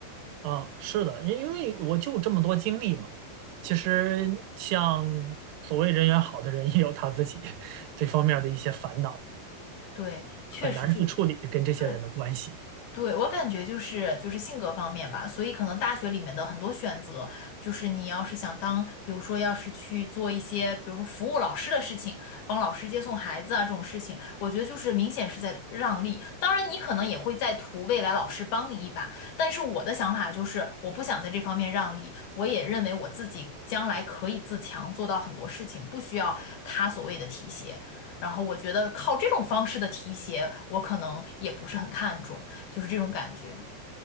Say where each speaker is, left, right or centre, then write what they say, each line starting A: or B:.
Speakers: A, on the right (about 80°); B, on the left (about 70°).
A: 啊，是的，因因为我就这么多经历嘛，其实像所谓人缘好的人也有他自己 <laughs> 这方面儿的一些烦恼，
B: 对，确实是我，
A: 很难去处理跟这些人的关系。
B: 对。对，我感觉就是就是性格方面吧，所以可能大学里面的很多选择，就是你要是想当，比如说要是去做一些，比如说服务老师的事情，帮老师接送孩子啊这种事情，我觉得就是明显是在让利。当然，你可能也会在图未来老师帮你一把，但是我的想法就是，我不想在这方面让利，我也认为我自己将来可以自强，做到很多事情，不需要他所谓的提携。然后我觉得靠这种方式的提携，我可能也不是很看重。就是这种感觉。